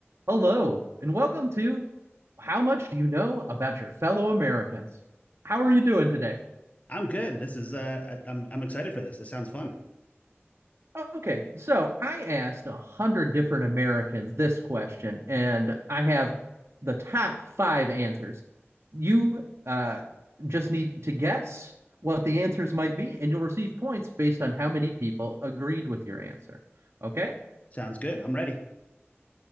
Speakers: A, on the right; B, on the left.
A: Hello, and welcome to How Much Do You Know About Your Fellow Americans? How are you doing today?
B: I'm good. This is uh I, I'm I'm excited for this. This sounds fun.
A: Okay, so I asked a hundred different Americans this question, and I have the top five answers. You uh, just need to guess what the answers might be, and you'll receive points based on how many people agreed with your answer. Okay?
B: Sounds good. I'm ready.